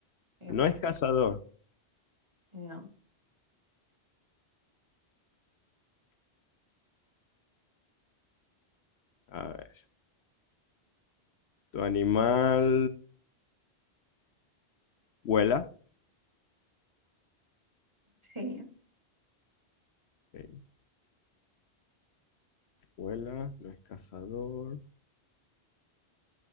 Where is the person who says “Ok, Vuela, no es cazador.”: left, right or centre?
Left